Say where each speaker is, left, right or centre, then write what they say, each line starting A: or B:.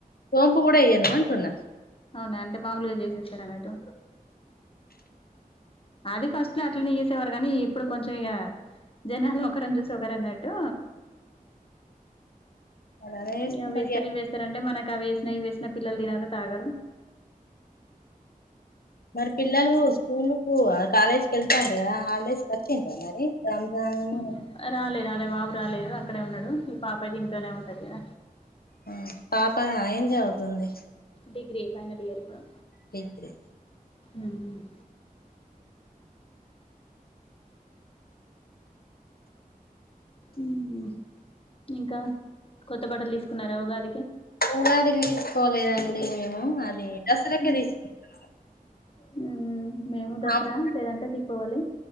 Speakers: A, on the left; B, on the left.
A: సోంపు కూడా వేయ్యను అంటున్నా
B: అవునా అంటే మామూలుగా చేసేస్తారు అన్నట్టు అది ఫస్ట్ లో అట్లనే చేసేవారు కానీ ఇప్పుడు కొంచెం ఇగ జనాలను ఒకరని చూసి ఒకరు అన్నట్టు
A: అదే వేసుకుంటారు
B: ఇ ఆవేస్తారు
A: కదా.
B: ఈవేస్తారు అంటే మనకి కవేసిన ఈవేసిన పిల్లలు తినరు తాగరు
A: మరి పిల్లలు స్కూల్ కు కాలేజీకి వెళ్తాండ్రు కదా హాలిడేస్ వచ్చిండ్రా మరి రంజాన్
B: ఉమ్ రాలే రాలే బాబు రాలేదు అక్కడే ఉన్నాడు ఈ పాపతె ఇంట్లోలో నే ఉంటది ఇగ
A: ఉమ్ పాప ఎమ్ చదువుతుంది
B: డిగ్రీ ఫైనల్ ఇయర్ ఇప్పుడు
A: డిగ్రీ
B: ఉహ్మ్ ఉమ్ ఇంకా కొత్త బట్టలు తీసుకున్నారా ఉగాది
A: ఉగాదికి తీసుకోలేదండి మేము అది దసరాకే
B: హ్మ్.
A: తీసుకుంటుం
B: హ్మ్. మేము దసరా
A: అప్
B: లేదంటే దీపావళి.